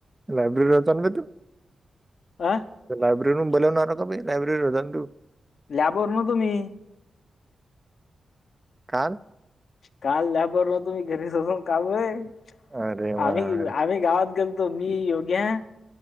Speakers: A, on the right (about 20°); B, on the left (about 70°).
A: लयब्रेरीलाता आणण ब तू
B: आं
A: लायब्ररी न बोललवणार का लायब्रेरी र होता तू
B: लॅबवर नवतो मी
A: काल
B: काल लॅब वर नवतो कल घरीच होता न बे
A: अरे वा
B: आम्ही आम्ही गावात गेलतो मी योगे